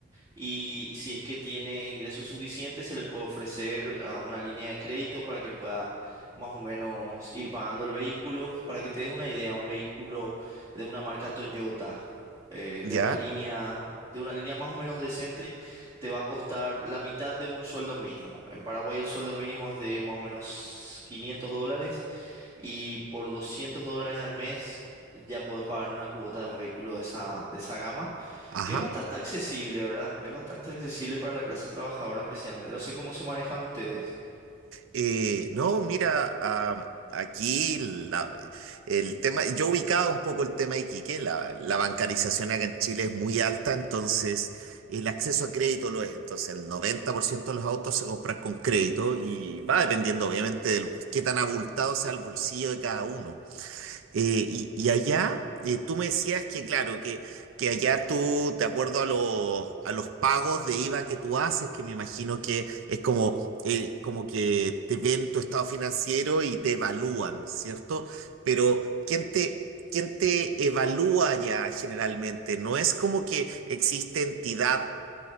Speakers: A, on the right; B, on the right.
A: y si es que tiene ingresos suficientes se le puede ofrecer ah, una línea de crédito para que pueda más o menos ir pagando el vehículo. Para que te des una idea, un vehículo de una marca Toyota, eh,
B: ¿Ya?
A: de una línea... De una línea más o menos decente, te va a costar la mitad de un sueldo mínimo. En Paraguay el sueldo mínimo es de más o menos 500 dólares y por 200 dólares al mes ya podés pagar una cuota de un vehículo de esa, de esa gama,
B: Ajá.
A: que es bastante accesible, ¿verdad? Es bastante accesible para la clase trabajadora especialmente. No sé cómo se manejan ustedes.
B: Eh, no, mira, ah, aquí la- el tema, yo ubicaba un poco el tema de Iquique, la, la bancarización acá en Chile es muy alta, entonces el acceso a crédito lo es, entonces el 90% de los autos se compran con crédito y va dependiendo obviamente de qué tan abultado sea el bolsillo de cada uno. Eh,
A: Ujú,
B: y, y allá, eh, tú me decías que, claro, que, que allá tú, de acuerdo a los, a los pagos de IVA que tú haces, que me imagino que es como, eh, como que te ven tu estado financiero y te evalúan, ¿cierto? Pero, ¿quién te, quién te evalúa allá generalmente? No es como que existe entidad